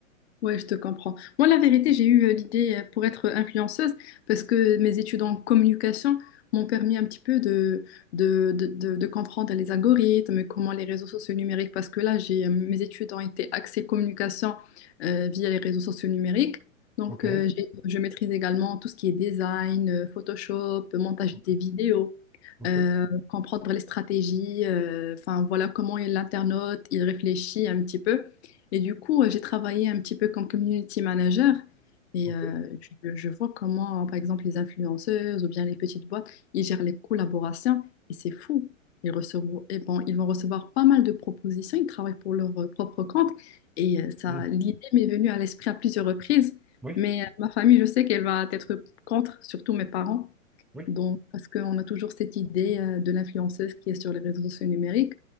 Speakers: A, on the left; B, in the centre.
A: ouais, je te comprends. Moi, la vérité, j'ai eu euh, l'idée euh, pour être influenceuse parce que mes études en communication m'ont permis un petit peu de, de, de, de- de comprendre les algorithmes, comment les réseaux sociaux numériques, parce que là, j'ai, euh, mes études ont été axées communication euh, via les réseaux sociaux numériques. Donc,
B: Ok,
A: euh, j'ai- je maîtrise également tout ce qui est design, euh, Photoshop, montage
B: ok,
A: des vidéos.
B: ok,
A: euh, comprendre les stratégies, euh, enfin voilà comment l'internaute, il réfléchit un petit peu. Et du coup, euh, j'ai travaillé un petit peu comme community manager et
B: ok.
A: euh, je, je vois comment, par exemple, les influenceuses ou bien les petites boîtes, ils gèrent les collaborations et c'est fou. Ils recevront, et bon, ils vont recevoir pas mal de propositions, ils travaillent pour leur euh, propre compte et euh, ça,
B: Hmm.
A: l'idée m'est venue à l'esprit à plusieurs reprises,
B: Oui,
A: mais euh, ma famille, je sais qu'elle va être contre, surtout mes parents,
B: oui.
A: donc, parce qu'on a toujours cette idée euh, de l'influenceuse qui est sur les réseaux sociaux numériques.